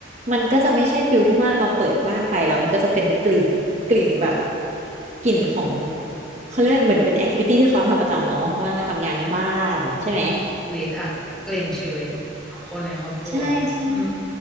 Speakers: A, on the right (about 35°); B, in the centre.
A: มันก็จะไม่ใช่ฟิลที่ว่าเราเปิดบ้านไปแล้วมันก็จะเป็นกลิ่นกลิ่นแบบกลิ่นของเขาเรียกเหมือนเป็นแอคทิวิตี้ที่เขาทำประจำเนาะว่าทำงานบ้านใช่ไหม
B: ชีวิตอะกลิ่นชีวิตของคนในครอบครัวอืม
A: ใช่ใช่